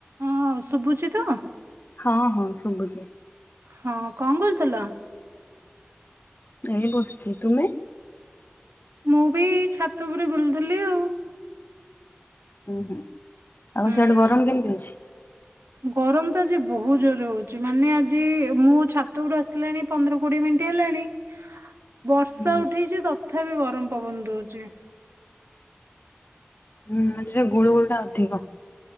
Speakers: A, on the right; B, on the left.
A: ହଁ ଶୁଭୁଛି ତ?
B: ହଁ ହଁ ଶୁଭୁଛି।
A: ହଁ କଣ କରୁଥିଲ?
B: ଏଇ ବସିଛି ତୁମେ?
A: ମୁଁ ବି ଏଇ ଛାତ ଉପରେ ବୁଲୁଥିଲି ଆଉ।
B: ଉୁଁ ହୁଁ ଆଉ
A: ହୁଁ
B: ସିଆଡେ ଗରମ କେମିତି ହୋଉଛି?
A: ଗରମ ତ ଆଜି ବହୁତ ଜୋର୍ ରେ ହୋଉଛି ମାନେ ଆଜି ମୁଁ ଛାତ ଉପରକୁ ଆସିଲାଣି ପନ୍ଦର କୋଡିଏ ମିନିଟ୍ ହେଲାଣି
B: <inaudible>
A: ବର୍ଷା
B: ହୁଁ
A: ଉଠେଇଛି ତଥାପି ଗରମ ପବନ ଦଉଛି।
B: ହୁଁ ଆଜି ଟିକେ ଗୁଳୁ ଗୁଳି ଟା ଅଧିକ।